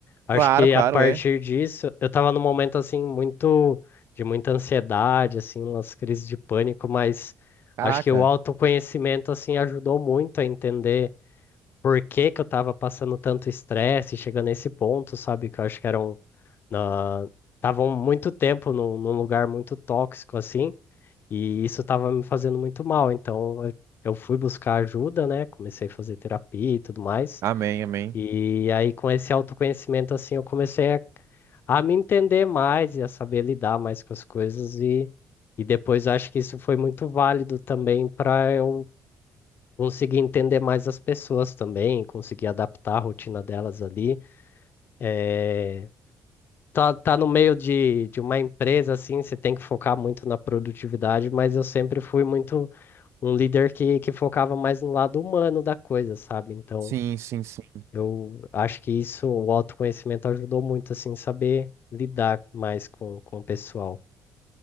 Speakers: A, on the left; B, on the right.
A: Acho
B: Claro,
A: que
B: claro,
A: a partir
B: é.
A: disso, eu tava num momento assim muito de muita ansiedade, assim, umas crises de pânico, mas
B: Caraca.
A: acho que o autoconhecimento assim ajudou muito a entender por que que eu tava passando tanto estresse, chegando nesse ponto, sabe? Que eu acho que eram na estavam muito tempo num, num lugar muito tóxico assim, e isso tava me fazendo muito mal. Então, eu eu fui buscar ajuda, né? Comecei a fazer terapia e tudo mais.
B: Amém, amém.
A: E aí, com esse autoconhecimento, assim, eu comecei a, a me entender mais e a saber lidar mais com as coisas. E, e depois eu acho que isso foi muito válido também para eu conseguir entender mais as pessoas também, conseguir adaptar a rotina delas ali. Eh, tá, tá no meio de, de uma empresa, assim, você tem que focar muito na produtividade, mas eu sempre fui muito um líder que, que focava mais no lado humano da coisa, sabe? Então.
B: Sim, sim, sim.
A: Eu acho que isso, o autoconhecimento ajudou muito, assim, saber lidar mais com, com o pessoal.